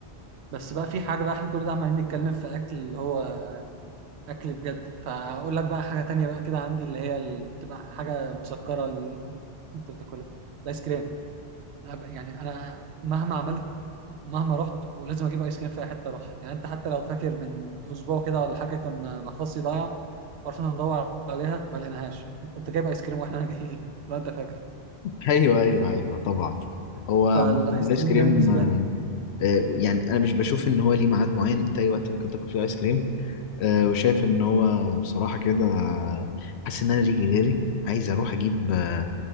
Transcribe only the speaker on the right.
بس بقى في حاجه بقى احنا كل ده عمالين نتكلم في اكل اللي هو اكل بجد فاقول لك بقى حاجه تانية بقى كده عندي اللي هي ال- بتبقى حاجه مسكره اللي انت بتاكلها الايس كريم أب- يعني انا مهما عملت ومهما رحت ولازم اجيب ايس كريم في اي حته اروح يعني انت حتى لو فاكر من اسبوع كده ولا حاجه كنا محفظتي ضايعه ورحنا ندور عليها ما لقيناهاش قمت جايب ايس كريم واحنا <laughs> جايين لو انت فاكر
فالايس
كريم
ده بالنسبه
لي